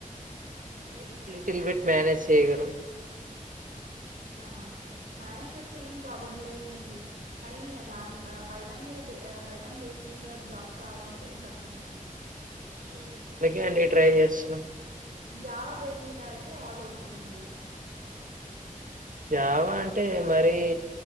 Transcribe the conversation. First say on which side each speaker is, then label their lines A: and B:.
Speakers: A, on the right (about 70°); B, on the right (about 90°).
A: ఏదో లిటిల్ బిట్ మేనేజ్ చేయగలం
B: హా మేనేజ్ చేస్తే ఏం ప్రాబ్లం లేదులేండి కానీ దాన్ పై థాన్ మీద పైథాన్ బేస్ మీద జాబ్స్ రావాలంటే కొంచం కష్టంగా ఉంది.
A: ఉమ్, అందుకే అండి ట్రై చేస్తున్నం
B: జావా బేస్ మీద అయితే ఆల్ ఓకే అండి
A: జావా అంటే మరి